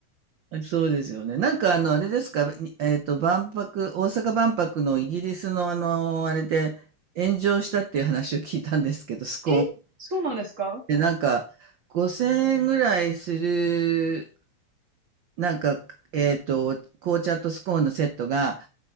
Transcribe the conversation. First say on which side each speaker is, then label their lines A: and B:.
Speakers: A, on the right; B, on the right.
A: あそうですよね。なんかあの、あれですか、にえっと、万博、大阪万博のイギリスのあの、あれで炎上したっていう話を聞いたんですけど、スコーン。
B: え、そうなんですか
A: で、なんか、5000円ぐらいする、なんか、えっと、紅茶とスコーンのセットが、